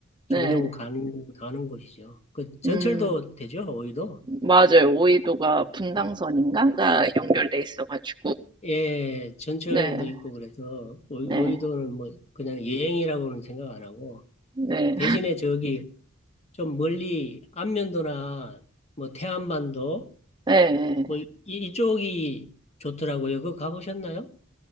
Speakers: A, on the left (about 35°); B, on the right (about 25°).
A: 종종
B: 네.
A: 가는 가는 곳이죠. 그 전철도
B: 음,
A: 되죠, 오이도?
B: 맞아요. 오이도가 분당선인가? 가 연결돼 있어가지고.
A: 예, 전철도
B: 네,
A: 있고 그래서 오이-
B: 네,
A: 오이도는 뭐 그냥 여행이라고는 생각 안 하고
B: 네,
A: 대신에 저기 좀 멀리 안면도나 뭐 태안반도
B: 네.
A: 뭐 이, 이쪽이 좋더라고요. 그거 가보셨나요?